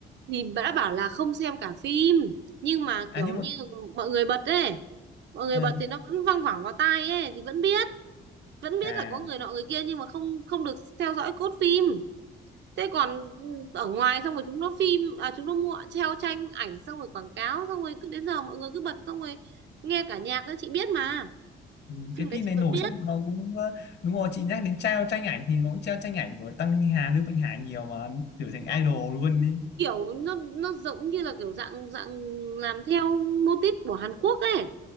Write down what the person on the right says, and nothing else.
thì đã bảo là không xem cả phim nhưng mà
kiểu
như
mọi người bật ấy mọi người
bật thì nó vẫn văng vẳng vào tai ấy thì vẫn biết vẫn biết
là có người nọ người kia nhưng mà không không được theo dõi cốt phim thế còn ừ, ở ngoài xong rồi chúng nó phim à chúng nó mua treo tranh ảnh xong rồi quảng cáo xong rồi cứ đến giờ mọi người cứ bật xong rồi nghe cả nhạc đó chị biết mà
phim
đấy
chị
vẫn
biết
ừ.
kiểu nó nó giống như là kiểu dạng dạng làm theo mô típ của Hàn Quốc ấy